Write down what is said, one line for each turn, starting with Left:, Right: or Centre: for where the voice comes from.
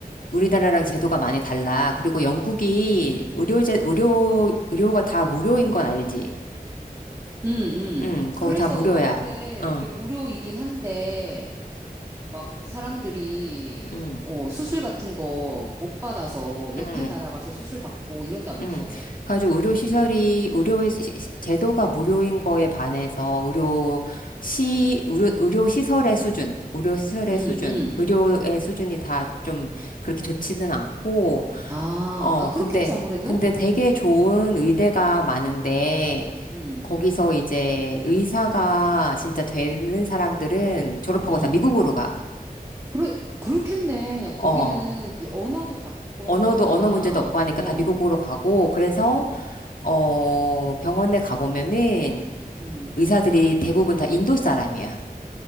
Left: 우리나라랑 제도가 많이 달라. 그리고 영국이 의료제, 의료, 의료가 다 무료인 건 알지?
Right: 음, 음.
Left: 응, 거기
Right: 그래서
Left: 다 무료야.
Right: 막 근데
Left: 응,
Right: 그게 무료이긴 한데 막 사람들이
Left: 응,
Right: 어, 수술 같은 거 못 받아서 옆에
Left: 응,
Right: 나라 가서 수술 받고 이런다면서.
Left: 응. 그래가지고 의료시설이, 의료 시- 시- 제도가 무료인 거에 반해서 의료 시, 의료, 의료시설의 수준, 의료시설의
Right: 음,
Left: 수준,
Right: 음.
Left: 의료의 수준이 다 좀 그렇게 좋지는 않고,
Right: 아,
Left: 어,
Right: 아 그렇겠지
Left: 근데,
Right: 아무래도.
Left: 근데 되게 좋은 의대가 많은데,
Right: 음,
Left: 거기서 이제 의사가 진짜 되는
Right: 음,
Left: 사람들은 졸업하고
Right: 음.
Left: 다 미국으로 가.
Right: 그래 그렇겠네.
Left: 어.
Right: 거기는 이 언어도 같고
Left: 언어도,
Right: 하니까
Left: 언어 문제도 없고 하니까
Right: 어,
Left: 다 미국으로 가고, 그래서, 어, 병원에 가보면은
Right: 음.
Left: 의사들이 대부분 다 인도 사람이야.